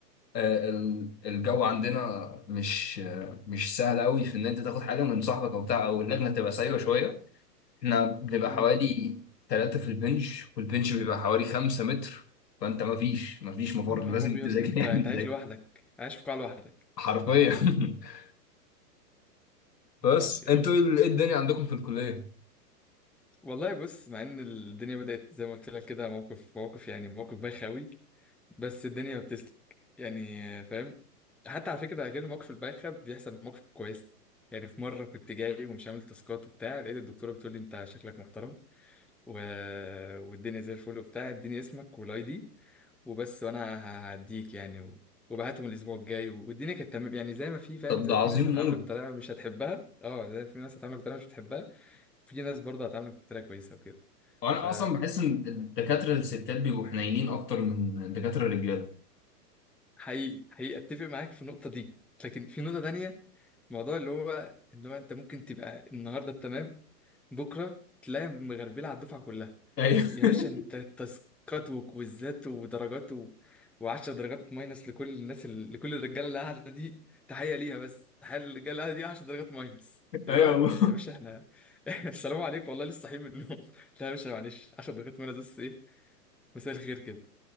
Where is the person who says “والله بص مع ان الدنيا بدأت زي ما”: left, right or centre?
Centre